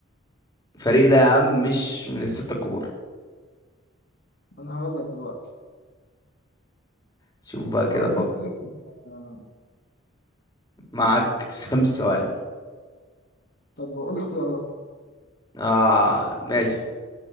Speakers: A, on the left; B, on the left.
A: الفريق ده يا عم مش من الستة الكبار
B: انا هقول لك دلوقتي
A: شوف بقى كده
B: مارك
A: فكر
B: ممكن آه،
A: معك خمس ثواني
B: طب قول اختيارات
A: اه ماشي